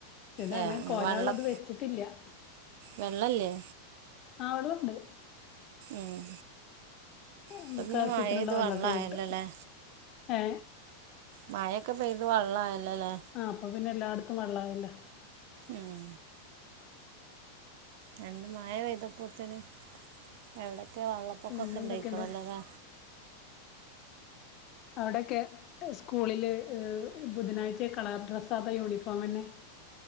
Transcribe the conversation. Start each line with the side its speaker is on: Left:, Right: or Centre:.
Left: പിന്നെ
Right: ഏ,
Left: അങ്ങനെ കൊരാനുള്ളത്
Right: വെള്ളം
Left: വെച്ചിട്ടില്ല്യാ.
Right: വെള്ളമില്ലേ
Left: ആ വള്ളോണ്ട്
Right: ഉം
Left: പ്പ നമുക്ക്
Right: ഇപ്പം പിന്നെ
Left: ആവശ്യത്തിനുള്ള
Right: മഴ പെയ്ത്
Left: വെള്ളക്കെ
Right: വെള്ളമായല്ലോ
Left: കിട്ടു
Right: അല്ലേ
Left: ഏ
Right: മഴയെക്കെ പെയ്ത് വള്ളായൽ ലല്ലേ
Left: ആ അപ്പൊ പിന്നെ എല്ലാട്ത്തും വെള്ളാവില്ല
Right: ഉം രണ്ട് മയ പെയ്തപ്പോത്തിനും എവ്ടെ ക്കെ വെള്ളപ്പൊക്കൊക്കെ
Left: പിന്നെ
Right: ണ്ടായിക്ണല്ലതാ
Left: എന്തൊക്കെയുണ്ട് അവിടൊക്കെ എ സ്കൂളില് എ് ബുധനാഴ്ച കളർ ഡ്രസ്സാത്ത യൂണിഫോമെന്നെ